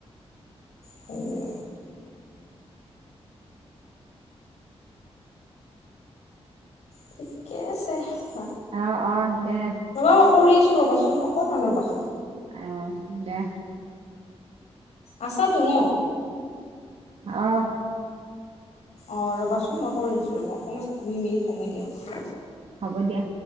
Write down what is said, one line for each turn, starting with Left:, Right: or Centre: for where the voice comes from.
Left: সেইয়ে ঠিকে আছে ব
Right: অ অ দে।
Left: ৰবা মই কৰি আছো ৰ'বাচোন অকণ মান ৰবা।
Right: আইয়, দে।
Left: আছাতো ন।
Right: অ।
Left: অ ৰ'বাচোন মই কৰি আছো ৰ'ব অকমান দুই মিনিট সময় দিয়া।
Right: হ'ব দিয়া।